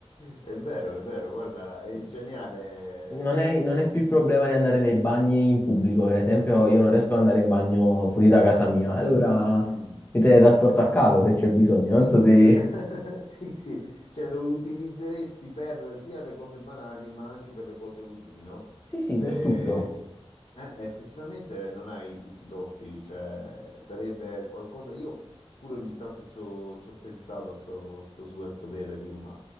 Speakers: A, on the left; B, on the left.
A: È vero, è vero, guarda, è
B: lì.
A: geniale.
B: Non è, non
A: Com-
B: è più il problema di andare nei bagni in pubblico, per esempio, io non riesco ad andare in bagno fuori da casa mia, allora
A: Mm.
B: mi teletrasporto a casa se c'è bisogno, non so se...
A: <laughs> Sì, sì, cioè lo utilizzeresti per sia le cose banali ma anche per le cose utili, no?
B: Sì, sì,
A: Eh,
B: per tutto.
A: eh, effettivamente non hai tutti i torti, cioè sarebbe qualcosa... Io pure ogni tanto ci ho, ci ho pensato a sto, sto superpotere, dico, ma,